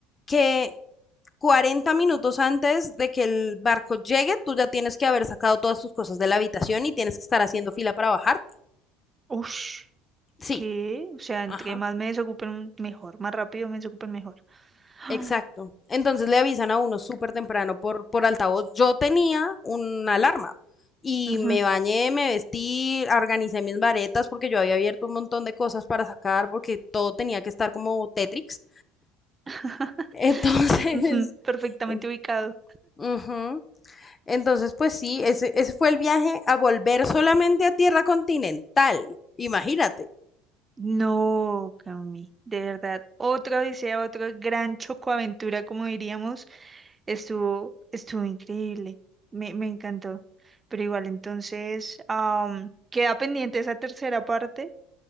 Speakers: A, on the left; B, on the right.
A: que 40 minutos antes de que el barco llegue, tú ya tienes que haber sacado todas tus cosas de la habitación y tienes que estar haciendo fila para bajarte.
B: Ush.
A: Sí,
B: ¿Qué? O sea, entre
A: ajá.
B: más me desocupen, mejor. Más rápido me desocupen, mejor. <gasps> Ah,
A: Exacto. Entonces le avisan a uno súper temprano por, por altavoz. Yo tenía una alarma y
B: ujú,
A: me bañé, me vestí, organicé mis varetas porque yo había abierto un montón de cosas para sacar porque todo tenía que estar como Tetrix.
B: <laughs>
A: Entonces,
B: ujú, Perfectamente
A: <laughs> en-
B: ubicado.
A: ujú. Entonces pues sí, ese, ese fue el viaje a volver solamente a tierra continental. Imagínate.
B: No, Cami, de verdad. Otra odisea, otra gran chocoaventura, como diríamos, estuvo, estuvo increíble. Me, me encantó. Pero igual, entonces, am, queda pendiente esa tercera parte.